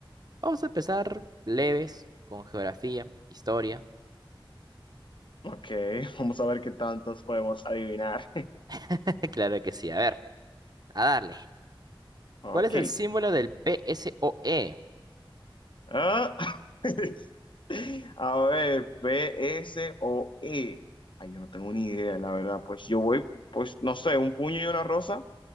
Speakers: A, on the right; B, on the left.
A: Vamos a empezar leves con geografía, historia.
B: Ok, <laughs> vamos a ver qué tantos podemos adivinar.
A: <laughs> Claro que sí, a ver, a darle.
B: Ok.
A: ¿Cuál es el símbolo del PSOE?
B: Ah, <laughs> a ver, P, S o E. Ay, yo no tengo ni idea, la verdad. Pues yo voy, pues no sé, un puño y una rosa.